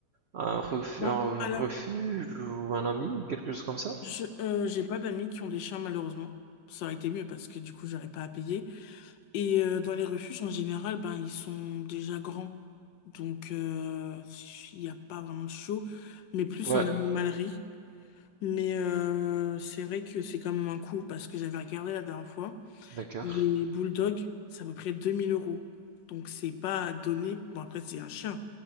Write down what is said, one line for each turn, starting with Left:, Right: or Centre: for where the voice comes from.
Right: à un, ref-
Left: Ben,
Right: un
Left: alors,
Right: refuge ou un ami ou quelque chose comme ça?
Left: je, euh, j'ai pas d'amis qui ont des chiens, malheureusement. Ça aurait été mieux parce que du coup, j'aurais pas à payer. Et euh, dans les refuges, en général, ben, ils sont déjà grands, donc euh, il n'y a pas vraiment de chiot, mais plus
Right: Ouais,
Left: en animalerie. Mais euh, c'est vrai que c'est quand même un coût parce que j'avais regardé la dernière fois.
Right: d'accord.
Left: Les bulldogs, c'est à peu près 2000 euros. Donc c'est pas à donner. Bon après c'est un chien,